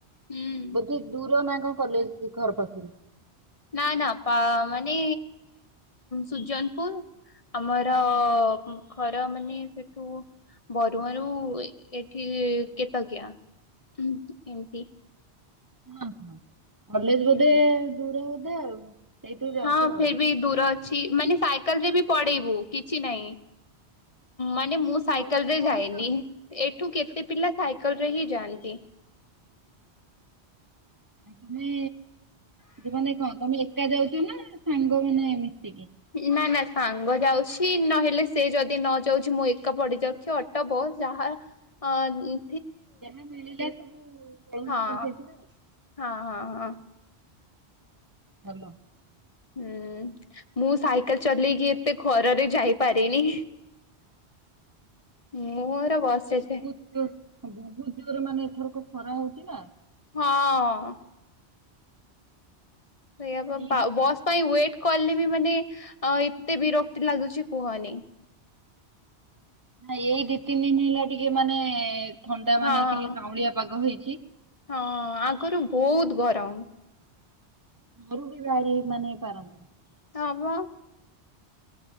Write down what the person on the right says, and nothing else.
ବୋଧେ ଦୂର ନା କଣ କଲେଜ ଘର ପାଖରୁ
ହଁ ହଁ କଲେଜ ବୋଧେ
ଦୂର ବୋଧେ ଆଉ। ସେଇଥିରୁ ଯାଉଛ
ଆଉ କିନ୍ତୁ
ବସରେ
ପଳଉଛ
ଆଉ
ତମେ ଜୀବନେ କଣ ତମେ ଏକ ଯାଉଛ ନା ସାଙ୍ଗମାନେ ମିଶିକି?
ଯାହା ମିଳିଲା ସବୁ ପଳଉଛ
ସେଥିରେ ଆଉ।
ଭଲ।
ଯ ବହୁୁତ ଜଝିଅରେ ମାନେ ଏଥରକ ଖରା ହଉଛି ନା
ଏଇ ଦି
ତିନି
ନା ଏଇ ଦି ତିନି ଦିନ ହେଲା ଟିକେ ମାନେ ଥଣ୍ଡା
ମାନେ ଟିକେ କାଉଁଳିଆ ପାଗ ହେଇଛି।
ମୋର ବି <unintelligible> ମାନେ ପାରନ୍ତି